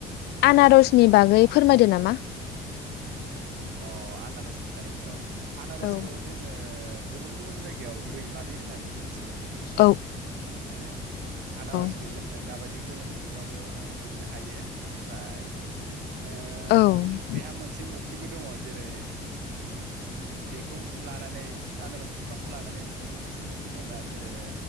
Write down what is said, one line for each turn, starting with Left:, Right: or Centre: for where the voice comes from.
Left: आनारसनि बागै फोरमायदो नामा?
Right: अ आनारस फिथाइ अ आनारसखौ
Left: औ
Right: जोङो गुबुन गुबुन जायगायाव रैमालि होननानैबो मोनथियो नोंथां
Left: औ
Right: ओ आनारसखौ
Left: औ
Right: जोङो दाबायदि गोलोम बोथोरावनो मोननो हायो ओमफ्राय ओ
Left: औ
Right: बेहा मोनसे मुखिबो दङ जेरै बेखौ लानानै आनारस बिफांखौ लानानै मोनसे मुखि दंना जेरै